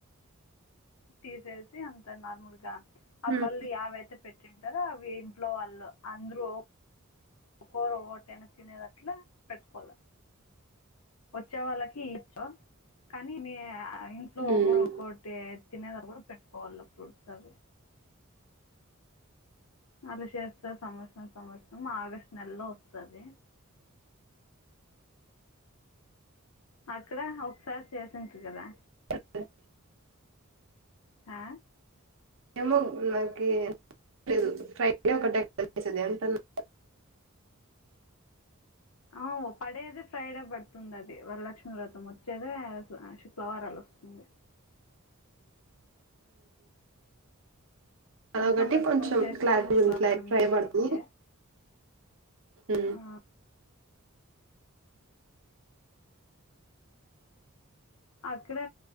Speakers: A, on the left; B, on the right.
A: తీసేసి అంత నార్మల్గా ఆ
B: హ్మ్
A: పల్లి అవైతే పెట్టింటరో అవి ఇంట్లో వాళ్ళు అందరు ఒకోరు ఒవటైన తినేది అట్లా పెట్టుకోలె వచ్చే వాళ్ళకి ఇచ్చ కానీ మీ ఆ ఇంట్లో
B: హ్మ్
A: ఒకొరు ఒకోటే తినేదరు కూడ పెట్టుకోవాల ఫ్రూట్స్ అవి అల చేస్త సంవత్సరం సంవత్సరం ఆగస్టు నెలలో వస్తది అక్కడ ఒకసారి చేసింట్రి కదా
B: <unintelligible>
A: హా
B: ఏమో నాకి <unintelligible>
A: ఆవ్ పడేదే ఫ్రైడే పెడుతుంది అది వరలక్ష్మి వ్రతం వచ్చేదే శుక్లవారాలు వస్తుంది
B: అదొకటి
A: ముందు సంవత్సరం
B: కొంచెం
A: చేసిన
B: క్లారిటీ
A: శుక్రవారం
B: <unintelligible>
A: వచ్చింది
B: ఉ
A: ఆ, అక్కడ